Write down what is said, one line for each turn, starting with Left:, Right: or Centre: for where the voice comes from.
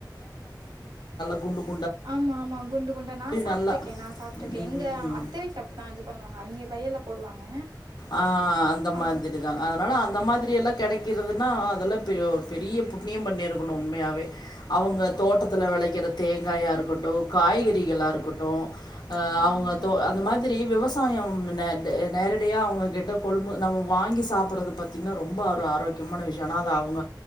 Left: குண்டு
Right: ஆமா ஆமா குண்டு குண்டா நான் சாப்ட்ருக்கே
Left: நல்லா
Right: நான் சாப்ட்ருக்கே
Left: ம்
Right: எங்க ஆ அத்த வீட்ல அப்டிதான் பண்ணுவாங் அவிய்ங்க வைய்யல்ல போடுவாங்க
Left: ஆஹ் அந்த
Right: ஆ,
Left: மாதிரி தா அதுனால அந் அந்த மாதிரி எல்லா கெடைக்கிறதுனா அதெல்லா பியோ பெரிய புண்ணிய பண்ணிருக்குணு உண்மையாவே அவுங்க
Right: ஆ.
Left: தோட்டத்துல வெளைக்கிறத் தேங்காயா இருக்கட்டு காய்கறிகளா இருக்கட்டு ஆஹ்
Right: ம்.
Left: அவுங்க தோ அந்த மாதி வி விவசாயம் நே த நேர டியா அவுங்க கிட்ட கொள்மு நம்மு வாங்கி சாப்புறது பாத்தீங்ன்னா ரொம்ப ஆரு ஆரோக்கியமான விஷ்யோ ஆனா அத அவுங்க